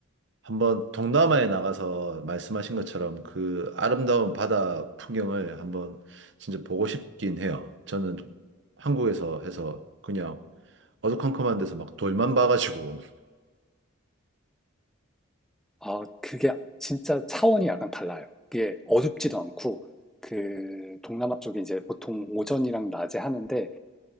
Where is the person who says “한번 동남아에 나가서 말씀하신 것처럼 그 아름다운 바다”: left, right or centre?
Right